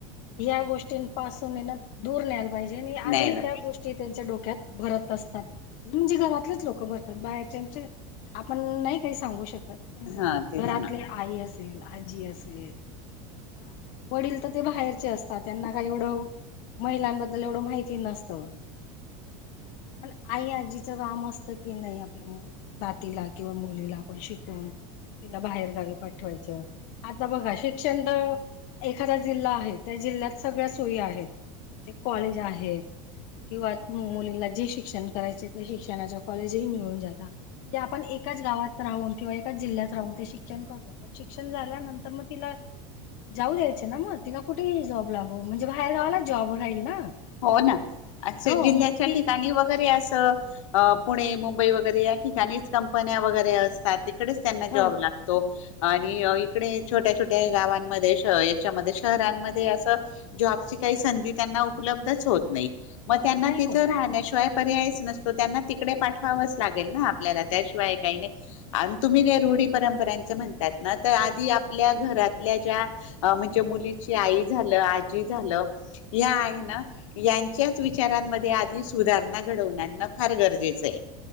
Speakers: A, on the left; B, on the left.
A: ह्या गोष्टींपासून ये ना दूर न्यायला पाहिजे आणि आजही
B: न्यायला
A: त्या गोष्टी त्यांच्या डोक क्यात भरत असतात म्हणजे घरातलेच लोक भरतात बाहेरच्यांचे आपण नाही काही सांगू शकत
B: हा तेच
A: घरातली
B: ना
A: आई असेल, आजी असेल. हा वडील तर ते बाहेरचे असतात त्यांना काय एवढं महिलांबद्दल एवढं माहिती नसतं. पण आई, आजीचं काम असतं की नाही आपल्या नातीला किंवा मुलीला आपण शिकवून तिला बाहेर गावी पाठवायचं आता बघा शिक्षण तर एखादा जिल्हा आहे त्या जिल्ह्यात सगळ्या सोयी आहेत म्हणजे कॉलेज आहेत. किंवा मुलींना जे शिक्षण करायचे ते शिक्षणाच्या कॉलेजही मिळून जाता पण आपण एकाच गावात राहून किंवा एकाच जिल्ह्यात राहून ते शिक्षण करतो पण शिक्षण झाल्यानंतर मग तिला जाऊ द्यायचे ना मग तिनं कुठेही जॉब लागो म्हणजे बाहेर गावायला जॉब राहील ना
B: हो ना आस
A: हो
B: जिल्ह्याच्या
A: मग ती
B: ठिकाणी वगैरे अस. पुणे, मुंबई वगैरे या ठिकाणीच कंपन्या वगैरे असतात. तिकडेच त्यांना
A: ह
B: जॉब लागतो. आणि इकडे छोट्या छोट्या गावांमध्ये शह याच्यामध्ये शहरांमध्ये असं जॉबची काही संधी त्यांना उपलब्धच होत नाही म त्यांना
A: नाही
B: तीथ
A: होत
B: राहण्याशिवाय
A: ना
B: पर्यायच नसतो त्यांना तिकडे पाठवावच लागेल ना आपल्याला त्याशिवाय काही नाही. आणि तुम्ही
A: हो
B: काय रूढी, परंपरां च म्हणतात ना तर आधी आपल्या घरातल्या ज्या म्हणजे मुलीची आई झालं आजी झाल या आई यांच्याच विचारांमध्ये आधी सुधारणा घडवून आणणं फार गरजेचं आहे.